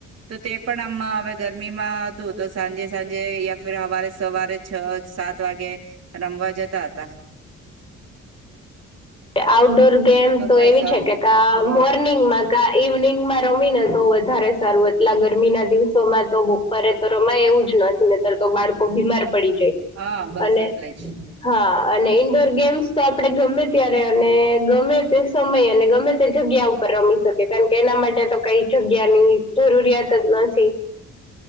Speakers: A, on the right; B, on the left.
A: તો તે પણ આમમાં હવે ગરમીમાં હતું તો સાંજે સાંજે યા ફ સવારે સવારે છ સાત વાગે રમવા જતા હતા
B: આઉટ ડોર. ગેમ તો
A: બસ
B: એવી
A: અ
B: છે કે
A: હા
B: મોર્નિંગમાં. ઈવનિંગમાં રમી ને તો વધારે સારું એટલા ગરમીના દિવસોમાં તો બપરે તો રમાય એવું જ નથી નેતર તો બાળકો બીમાર પડી
A: હા બસ
B: અને
A: એટલે જ
B: હા અને ઇન્ડોર ગેમ્સ તો આપડે ગમે અત્યારે અને ગમે તે સમય અને ગમે તે જગ્યા ઉપર રમી શકે કારણ કે એના માટે તો કઈ જગ્યાની જરૂરિયાત જ નથી